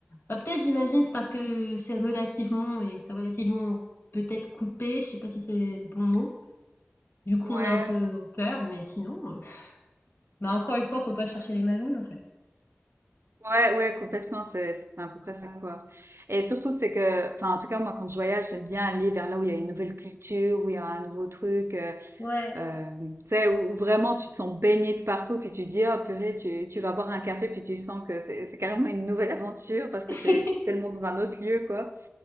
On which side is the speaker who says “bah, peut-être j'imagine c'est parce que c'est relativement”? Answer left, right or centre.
Left